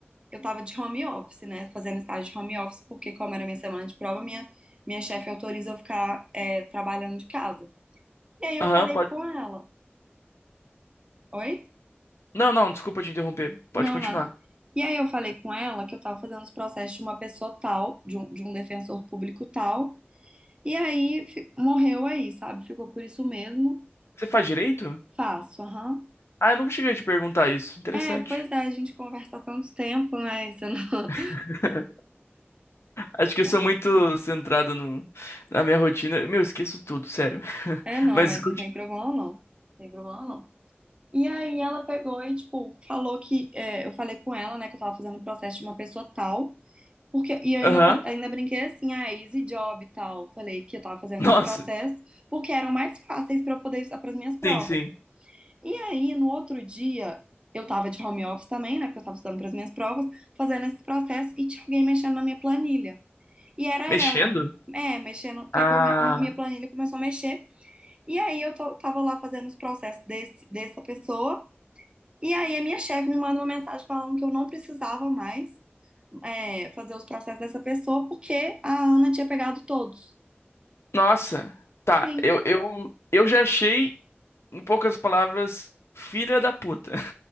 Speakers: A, on the right; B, on the left.
A: eu tava de home office, né? Fazendo estágio de home office, porque como era minha semana de prova, minha, minha chefe autoriza eu ficar é, trabalhando de casa. E aí eu
B: Aham,
A: falei
B: pode.
A: com ela. Oi?
B: Não, não, desculpa te interromper. Pode
A: Não,
B: continuar.
A: não. E aí eu falei com ela que eu tava fazendo os processos de uma pessoa tal, de um, de um defensor público tal. E aí fi- morreu aí, sabe? Ficou por isso mesmo.
B: Você faz direito?
A: Faço, aham.
B: Ah, eu nunca cheguei a te perguntar isso. Interessante.
A: É, pois é, a gente conversa há tanto tempo, né? Isso não...
B: <laughs> Acho que eu
A: <laughs>
B: sou muito centrado no, na minha rotina. Meu, eu esqueço tudo, sério. <laughs>
A: É, não,
B: Mas.
A: mas
B: conti-
A: não tem problema não. Não tem problema não. E aí ela pegou e, tipo, falou que... é, eu falei com ela, né, que eu tava fazendo o processo de uma pessoa tal. Porque, e eu
B: Aham.
A: ainda, fa- ainda brinquei assim, ah, easy job e tal. Falei que eu tava fazendo
B: Nossa,
A: esse processo porque eram mais fáceis pra eu poder estudar pras minhas provas.
B: sim, sim.
A: E aí, no outro dia, eu tava de home office também, né, porque eu tava estudando pras minhas provas, fazendo esse processo e tinha alguém mexendo na minha planilha. E era ela.
B: Mexendo?
A: É, mexendo, pegou
B: Ah.
A: mi- minha planilha e começou a mexer. E aí eu to- tava lá fazendo os processos desse, dessa pessoa. E aí a minha chefe me manda uma mensagem falando que eu não precisava mais é, fazer os processos dessa pessoa porque a Ana tinha pegado todos.
B: Nossa. Tá,
A: Sim.
B: eu, eu, eu já achei, em poucas palavras, filha da puta.